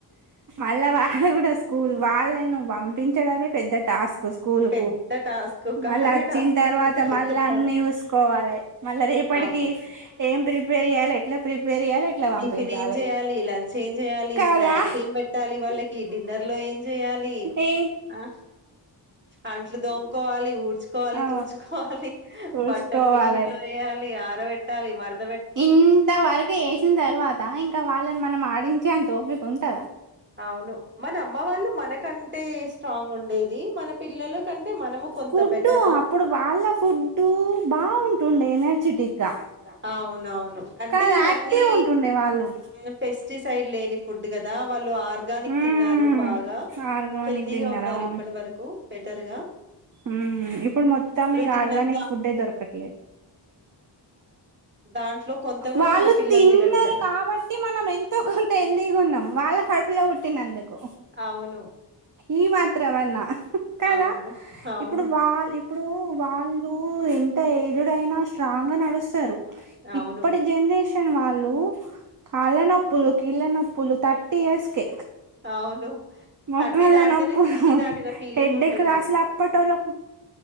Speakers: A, on the right (about 45°); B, on the right (about 25°).
A: అలా వాళ్ళు కూడా స్కూల్ వాళ్ళను పంపించడమే పెద్ద టాస్క్ స్కూల్కు
B: పెద్ద టాస్క్ కార్య
A: మళ్ళ వచ్చిన్
B: టాస్క్
A: తర్వాత
B: ల కంటే పెద్ద
A: మల్ల
B: టాస్క్
A: అన్ని చూసి కోవాలే మళ్ళ రేపటికి
B: అవును ఇప్పటికి
A: ఏం ప్రిపేర్ చేయాలి ఎట్లా ప్రిపేర్ చేయాలి ఎట్లా పంపించాలి
B: టిఫిన్ ఏం చేయాలి లంచ్ ఏం చేయాలి
A: కాగా
B: స్నాక్స్ ఏం పెట్టాలి వాళ్ళకి డిన్నర్ లో ఏం చేయాలి
A: ఏ
B: ఆ అంట్లు దోముకోవాలి ఊడ్చుకోవాలి
A: ఆ
B: తుడ్చుకోవాలి
A: చూసుకోవాలి
B: బట్ టల్ మిషన్ లో వేయాలి ఆ పెట్టాలి వాడ్
A: ఇంత వరకు యేసిన్ తర్వాత ఇంకా వాళ్ళని మనం ఆడించే అంత ఓపిక వున్ టాద
B: అవును మన అమ్మ వాళ్ళు మనకంటే స్ట్రాంగ్ ఉండేది మన పిల్లలు మనము కొంత
A: ఫుడ్
B: బ్యాటరు
A: అప్పుడు వాళ్ళ ఫుడ్ బాగుంటుండే ఎనర్జెటిక్ గా
B: ఆ అవునవును అంటే
A: కాదు
B: ఇవన్నీ
A: యాక్టివ్ ఉంటుండే వాళ్ళు
B: మన చి సైడ్ లేని ఫుడ్ కదా వాళ్ళు ఆర్గానిక్
A: ఉమ్
B: తిన్నారు బాగా
A: ఆర్గానిక్
B: హెల్దీగా
A: తిన్నారు
B: ఉన్నారు
A: అవును
B: ఇప్పటి వరకు బెటర్గా
A: ఉమ్ ఇప్పుడు మొత్తం ఈ
B: తిన్న
A: ఆర్గానిక్ ఫుడ్డే దొరకట్లేదు
B: దాంట్లో కొంత కూడా
A: వాళ్ళు
B: మన పిల్లలు
A: తిన్నారు
B: తినట్లే
A: కాబట్టి మనం ఎంతో కొంత హెల్దీగా ఉన్నాం వాళ్ళ కడుపులే పుట్టినందుకు
B: అవును
A: ఈ మాత్రమన్నా కదా
B: అవును అవును
A: ఇప్పుడు వాళ్ ఇప్పుడు వాళ్ళు ఎంత ఎజెడ్ అయినా స్ట్రాంగ్ గా నడుస్తారు
B: అవును
A: ఇప్పుడి జనరేషన్ వాళ్ళు కాళ్ళ నొ నోప్పులు కిళ్ళ నొప్పులు థర్టీ ఇయర్స్ కె
B: అవును
A: మోకాళ్ళ
B: థర్టీ దాటితేనే
A: నొప్పులు
B: సిక్స్టీ దాటిన ఫీలింగ్
A: హెడ్డేక్
B: ఉంటుంది
A: అసలు అప్పటోళ్ళకు